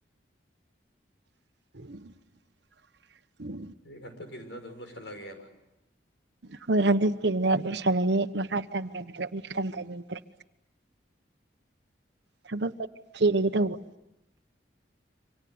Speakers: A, on the right; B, on the left.
A: <inaudible>
B: ꯑꯗꯨꯗꯤ ꯍꯟꯇꯛꯒꯤꯗꯨꯅ ꯑꯗꯨꯝ ꯂꯣꯏꯁꯤꯜꯂꯒꯦꯕ
A: ꯍꯣꯏ ꯍꯟꯗꯛꯀꯤꯗꯨꯅ ꯂꯣꯏꯁꯥꯟꯂꯔꯤ ꯃꯈꯥ ꯇꯝꯗꯕꯗꯣ ꯑꯩ ꯇꯝꯗꯅꯤꯡꯗ꯭ꯔꯦ ꯊꯕꯛ ꯑꯣꯏꯅꯥ ꯊꯤꯔꯒꯦ ꯇꯧꯕ